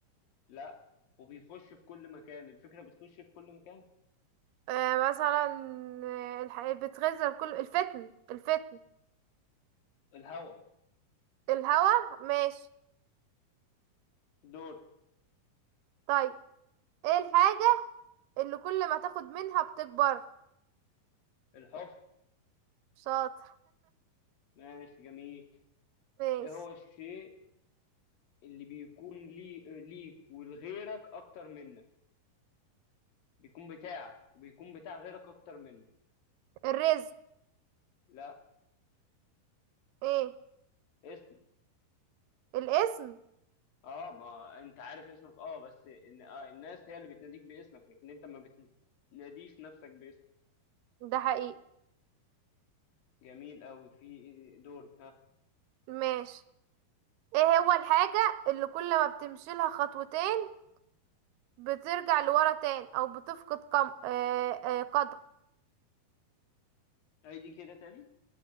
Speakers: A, on the left (about 60°); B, on the right (about 75°).
A: لا وبيخش في كل مكان الفكرة بتخش في كل مكان
B: آه، مثلا آه، الح... بتغذي كل الفتن الفتن
A: الهواء
B: الهوا ماشي
A: دور
B: طيب ايه الحاجة اللي كل ما تاخد منها بتكبر
A: الحفر
B: شاطر
A: ماشي جميل
B: ماشي
A: ايه هو الشيء اللي بيكون لي... ليك ولغيرك اكتر منك بيكون بتاعك وبيكون بتاع غيرك اكتر منك
B: الرزق
A: لا
B: ايه
A: اسم
B: الاسم
A: اه ما انت عارف اسمك اه بس إن... آه الناس هي اللي بتناديك باسمك لكن انت ما بتناديش نفسك باسمك
B: ده حقيقي
A: جميل قوي في دورك ها
B: ماشي ايه هو الحاجة اللي كل ما بتمشي لها خطوتين بترجع لورا تاني او بتفقد قم... آه... آه... قدم
A: هيدي كده تاني